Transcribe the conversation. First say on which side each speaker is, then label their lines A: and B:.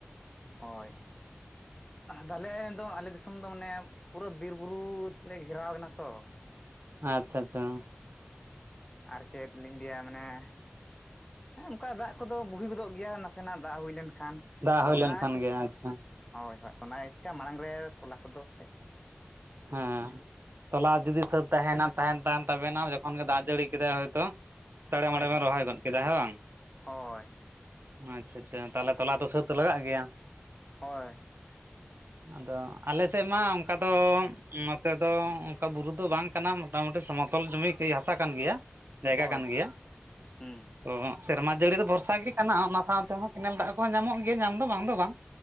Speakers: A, on the left (about 15°); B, on the right (about 60°).
A: ᱦᱚᱭ ᱫᱟᱞᱮ ᱫᱚ ᱟᱞᱮ ᱫᱤᱥᱚᱢ ᱫᱚ ᱢᱟᱱᱮ ᱯᱩᱨᱟᱹ ᱵᱤᱨ ᱵᱩᱨᱩ ᱛᱮᱞᱮ ᱜᱷᱮᱨᱟᱣ ᱠᱟᱱᱟ ᱛᱚ ᱾
B: ᱟᱪᱪᱷᱟ ᱪᱷᱟ
A: ᱟᱨ ᱪᱮᱫ ᱞᱤᱧ ᱞᱟᱹᱭᱟ ᱢᱟᱱᱮ ᱼᱼ ᱦᱮᱸ ᱚᱱᱠᱟ ᱫᱟᱜ ᱠᱚᱫᱚ ᱵᱩᱦᱤ ᱜᱚᱫᱚᱜ ᱜᱮᱭᱟ ᱱᱟᱥᱮᱱᱟᱜ ᱫᱟᱜ ᱦᱩᱭ ᱞᱮᱱᱠᱷᱟᱱ ᱾
B: ᱫᱟᱜ
A: ᱟᱫᱚ
B: ᱦᱩᱭ
A: ᱚᱱᱟ
B: ᱞᱮᱱᱠᱷᱟᱱ
A: ᱪᱤᱠ
B: ᱜᱮ ᱟᱪᱪᱷᱟ
A: ᱦᱳᱭ ᱦᱚ ᱚᱱᱟ ᱪᱤᱠᱟ ᱢᱟᱲᱟᱝ ᱨᱮ ᱛᱚᱞᱟ ᱠᱚᱫᱚ ᱼᱼ
B: ᱦᱮᱸ ᱛᱚᱞᱟ ᱡᱩᱫᱤ ᱥᱟᱹᱛ ᱛᱟᱦᱮᱱᱟ ᱼᱼ ᱛᱟᱦᱮᱱ ᱛᱟᱢ ᱛᱟᱵᱮᱱᱟ ᱡᱚᱠᱷᱚᱱ ᱜᱮ ᱫᱟᱜ ᱡᱟᱹᱲᱤ ᱠᱮᱫᱟᱭ ᱦᱚᱭᱛᱚ ᱼᱼ ᱪᱟᱲᱬᱮ
A: ᱦᱳᱭ
B: ᱢᱟᱲᱬᱮ
A: ᱦᱳᱭ
B: ᱵᱮᱱ ᱨᱚᱦᱚᱭ ᱜᱚᱫ ᱠᱮᱫᱟ ᱦᱮᱸ ᱵᱟᱝ
A: ᱦᱳᱭ
B: ᱟᱪᱪᱷᱟ ᱟᱪᱪᱷᱟ ᱛᱟᱦᱚᱞᱮ ᱛᱚᱞᱟ ᱛᱚ ᱥᱟᱹᱛ ᱞᱟᱜᱟᱜ ᱜᱮᱭᱟ ᱾
A: ᱦᱳᱭ
B: ᱟᱫᱚ ᱟᱞᱮ ᱥᱮᱫ ᱢᱟ ᱚᱱᱠᱟ ᱫᱚ ᱼᱼ ᱱᱚᱛᱮ ᱫᱚ ᱚᱱᱠᱟ ᱵᱩᱨᱩ ᱫᱚ ᱵᱟᱝ ᱠᱟᱱᱟ ᱢᱚᱴᱟ ᱢᱩᱴᱤ ᱥᱚᱢᱚᱛᱚᱞ ᱡᱩᱢᱤ ᱦᱟᱥᱟ ᱠᱟᱱ ᱜᱮᱭᱟ ᱾ ᱡᱟᱭᱜᱟ
A: ᱦᱳᱭ
B: ᱠᱟᱱ ᱜᱮᱭᱟ ᱼᱼ
A: ᱦᱩᱸ
B: ᱚ ᱥᱮᱨᱢᱟ ᱡᱟᱹᱲᱤ ᱫᱚ ᱵᱷᱚᱨᱥᱟ ᱜᱮ ᱠᱟᱱᱟ ᱚᱱᱟ ᱥᱟᱶᱛᱮ ᱦᱚᱸ ᱠᱮᱱᱮᱞ ᱫᱟᱜ ᱠᱚᱦᱚᱸ ᱧᱟᱢᱚᱜ ᱜᱮᱭᱟ ᱧᱟᱢ ᱫᱚ ᱵᱟᱝ ᱫᱚ ᱵᱟᱝ